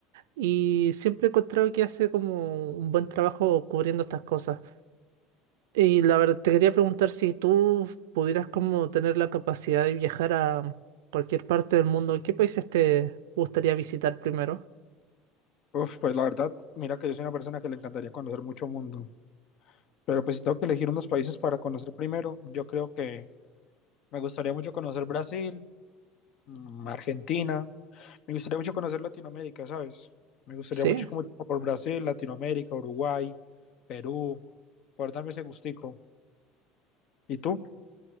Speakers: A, on the right; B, on the left.
A: y siempre he encontrado que hace como un buen trabajo cubriendo estas cosas. Y la verdad, te quería preguntar si tú pudieras como tener la capacidad de viajar a cualquier parte del mundo, ¿qué países te gustaría visitar primero?
B: Uf, pues la verdad, mira que yo soy una persona que le encantaría conocer mucho mundo, pero pues si tengo que elegir unos países para conocer primero, yo creo que me gustaría mucho conocer Brasil, mm, Argentina, me gustaría mucho conocer Latinoamérica, ¿sabes? Me gustaría
A: Sí.
B: mucho como por Brasil, Latinoamérica, Uruguay, Perú, por darme ese gustico. ¿Y tú?